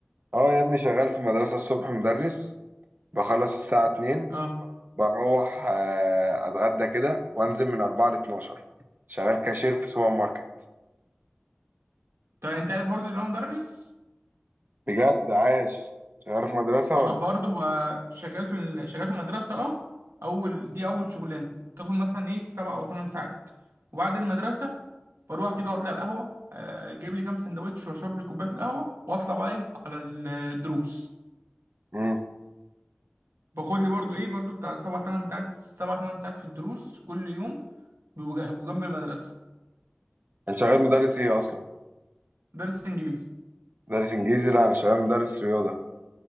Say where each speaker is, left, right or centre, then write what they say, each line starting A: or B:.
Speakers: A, on the right (about 45°); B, on the right (about 85°).
A: اه يا ابني شغال في مدرسه الصبح مدرس بخلص الساعه 2
B: اه
A: بروح آه، اتغدى كده وانزل من 4 ل 12 شغال كاشير في سوبر ماركت
B: طيب انت عارف برضو ان انا مدرس
A: بجد عاش شغال في مدرسة
B: بقى-
A: ولا
B: برضو
A: فين؟
B: بقى شغال في ال... شغال في المدرسة اه أول دي أول شغلانة تاخد مثلا إيه سبع أو تمن ساعات وبعد المدرسة بروح كده أقعد لي على القهوة آه، أجيب لي كام سندوتش وأشرب لي كوباية القهوة وأطلع بقى إيه على الدروس
A: امم
B: باخد لي برضو إيه برضو بتاع سبع تمن ساعات سبع تمن ساعات في الدروس كل يوم بيبقوا جا- بيبقوا جنب المدرسة
A: انت شغال مدرس ايه اصلا
B: درس إنجليزي
A: مدرس انجليزي لا انا شغال مدرس رياضة